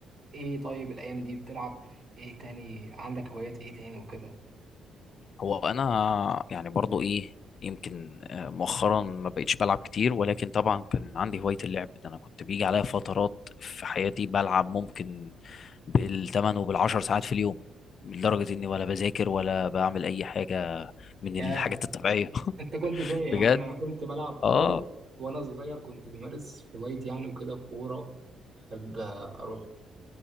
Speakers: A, on the right (about 55°); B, on the left (about 55°).
A: ايه طيب الايام دي بتلعب ايه تاني عندك هوايات ايه تاني وكده
B: هو انا يعني برضو ايه يمكن آه، مؤخرا ما بقيتش بلعب كتير ولكن طبعا كان عندي هواية اللعب ده انا كنت بيجي عليا فترات في حياتي بلعب ممكن بالثمان وبالعشر ساعات في اليوم لدرجة اني ولا بذاكر ولا بعمل اي حاجة من الحاجات
A: ياه
B: الطبيعية <laughs>
A: انت كنت زي يا
B: بجد
A: عم انا كنت بلعب كوره
B: اه
A: وانا صغير كنت بمارس هوايتي يعني وكده الكوره بحب اروح